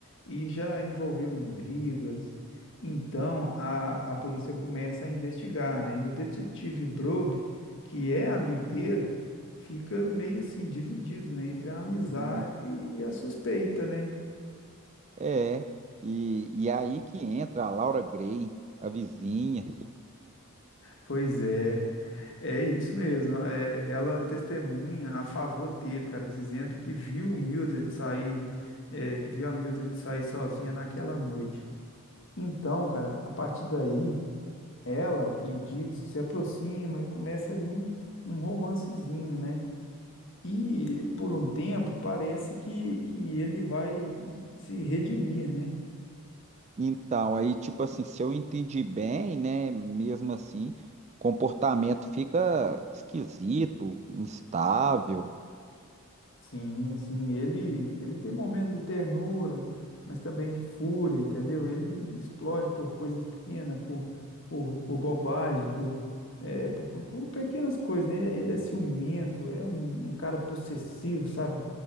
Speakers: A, on the left; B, on the right.
A: E já envolveu em brigas. Então a, a polícia começa a investigar, né? E o detetive Brobe, que é amigo dele, fica meio assim dividido, né? Entre a amizade
B: Hum.
A: e a suspeita, né?
B: É. E, e aí que entra a Laura Grey, a vizinha.
A: Pois é. É isso mesmo. é, ela testemunha a favor dele, cara, dizendo que viu o Mildred sair, é, que viu a Mildred sair sozinha naquela noite. Então, cara, a partir daí, ela e o Dixon se aproximam e começa ali um, um romancezinho, né? E por um tempo parece que, que ele vai se redimir, né?
B: Então, aí, tipo assim, se eu entendi bem, né, mesmo assim, o comportamento fica esquisito, instável.
A: Sim, sim, ele ele tem momentos de ternura, mas também de fúria, entendeu? Ele explode por coisas pequenas, por, por, por bobagem, por, é, por, por- por pequenas coisas, né? Ele é ciumento, é um, um cara possessivo, sabe?